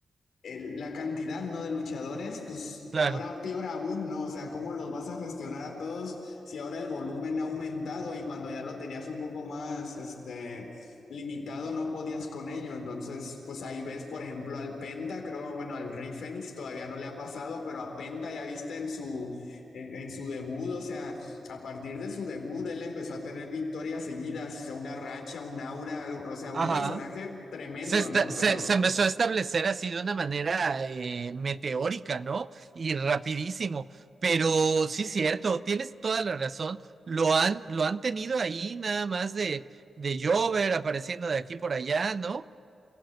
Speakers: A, on the left; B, on the right.
A: el- la cantidad, ¿no? de luchadores, pues
B: claro.
A: ahora peor aún, ¿no? O sea, ¿cómo los vas a gestionar a todos si ahora el volumen ha aumentado y cuando ya lo tenías un poco más, este, limitado, no podías con ello? Entonces, pues ahí ves, por ejemplo, al Penta, creo, bueno, al Rey Fénix todavía no le ha pasado, pero a Penta ya viste en su, en, en su debut, o sea, a partir de su debut, él empezó a tener victorias seguidas, o sea, una racha, un aura, algo- o sea, un
B: Ajá.
A: personaje tremendo,
B: Se, esta-
A: ¿no?
B: se,
A: Pero...
B: se empezó a establecer así de una manera eh, meteórica, ¿no? Y rapidísimo. Pero sí es cierto, tienes toda la razón. Lo han, lo han tenido ahí nada más de, de Jover apareciendo de aquí por allá, ¿no?